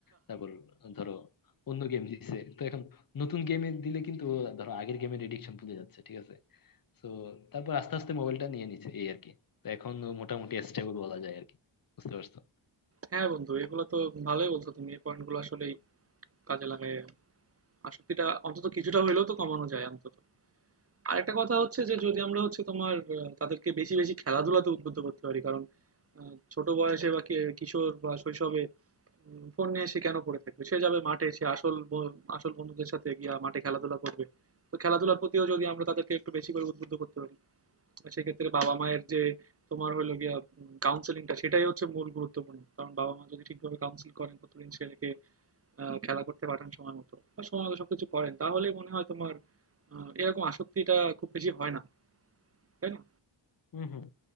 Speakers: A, on the left; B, on the right.
A: তারপর ধরো অন্য গেম দিছে তো এখন নতুন গেমে দিলে কিন্তু ও ধরো আগের গেমের এডিকশন ভুলে যাচ্ছে ঠিক আছে তো তারপর আস্তে আস্তে মোবাইলটা নিয়ে নিছে এই আর কি। তো এখন ও মোটামুটি স্টেবল বলা যায় আরকি। বুঝতে পারছো?
B: হ্যাঁ বন্ধু এগুলো তো ভালোই বলছো তুমি এই পয়েন্টগুলো আসলে কাজে লাগায় আসক্তিটা অন্তত কিছুটা হইলেও তো কমানো যায় অন্তত আরেকটা কথা হচ্ছে যে যদি আমরা হচ্ছে তোমার আহ, তাদেরকে বেশি বেশি খেলাধুলাতে উদ্বুদ্ধ করতে পারি কারণ আহ, ছোট বয়সে বা কি- কিশোর বা শৈশবে উম, ফোন নিয়ে সে কেন পড়ে থাকবে সে যাবে মাঠে সে আসল ব- আসল বন্ধুদের সাথে গিয়া মাঠে খেলাধুলা করবে তো খেলাধুলার প্রতিও যদি আমরা তাদেরকে একটু বেশি করে উদ্বুদ্ধ করতে পারি সেক্ষেত্রে বাবা মায়ের যে তোমার হলো গিয়া কাউন্সেলিংটা সেটাই হচ্ছে মূল গুরুত্বপূর্ণ কারণ বাবা মা যদি ঠিকভাবে কাউন্সিল করেন প্রতিদিন ছেলেকে আহ, খেলা করতে পাঠান সময় মতো বা সময় মতো সবকিছু করেন তাহলেই মনে হয় তোমার আহ, এরকম আসক্তিটা খুব বেশি হয় না তাই না
A: হম হম